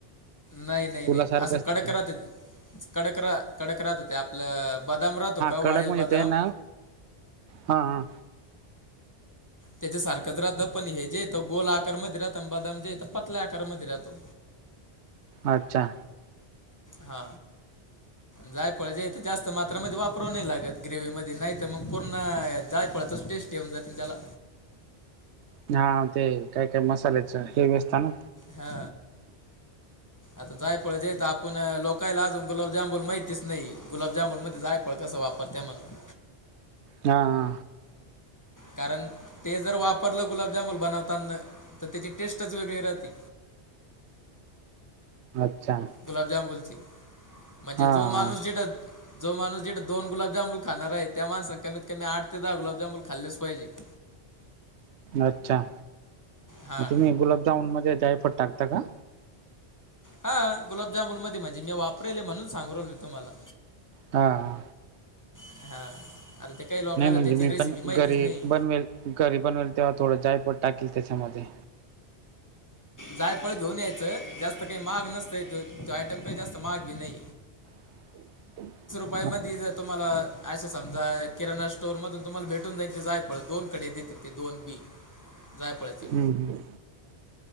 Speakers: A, on the left (about 15°); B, on the right (about 80°).
A: नाही नाही
B: फुलासारखं
A: नाही असं
B: असतं
A: कडक
B: ते
A: राहत ते कडक रा कडक राहत ते आपलं बदाम राहतो का
B: कडक
A: वाळेल
B: म्हणजे
A: बदाम
B: ते ना हा हा
A: त्याच्यासारखंच राहतं पण हे जे येतं गोल आकारमध्ये राहातं ना बादाम जे येतं पतल्या आकारमध्ये राहतो
B: अच्छा
A: हा जायफळ जे इथ जास्त मात्रामध्ये वापरू नाही लागत ग्रेव्ही मध्ये नाही तर मग पूर्ण जायफळचच टेस्ट देऊन जाते त्याला
B: हा ते काय काय मसाल्याचं हेवी असता ना
A: हा आता जायफळ जे आहेत आपण लोकायला अजून गुलाब जामुन माहिततीच नाही गुलाबजामुन मध्ये जायफळ कसा वापरतात पडतंय म्हणून
B: हा हा
A: कारण ते जर वापरलं गुलाबजामन बनवताना तर त्याची टेस्टच वेगळी राहती
B: अच्छा
A: गुलाबजामुनची म्हणजे
B: हा
A: जो माणूस जिथ जो माणूस जिथ दोन गुलाबजामुन खाणार आहे त्या माणसांन कमीत कमी आठ ते दहा गुलाबजामुन खाल्लेच पाहिजे <inaudible>
B: अच्छा
A: हां
B: मग तुम्ही गुलाबजामुन मध्ये जायफळ टाकता का
A: हा गुलाबजामून मध्ये म्हणजे मी वापरेले म्हणून सांगू राहीलो ना तुम्हाला
B: हा हा
A: हां आता ते काही लोकायला
B: नाही म्हणजे
A: त्याची
B: मी
A: रेसिपी
B: पण
A: माहितीच
B: घरी
A: नाही
B: बनवेल, घरी बनवेल तेव्हा थोडं जायफळ टाकेल त्यांच्यामध्ये.
A: जायफळ घेऊन यायचं, जास्त काही महाग नसतय तो आयटम काही जास्त महाग बी नाही.
B: <inaudible>
A: <inaudible> तुम्हाला असे समजा किराणा स्टोर मधून तुम्हाला भेटून जाईन ते जायफळ दोन कडे देतील ते दोन बी. जायफळाचे.
B: हम ह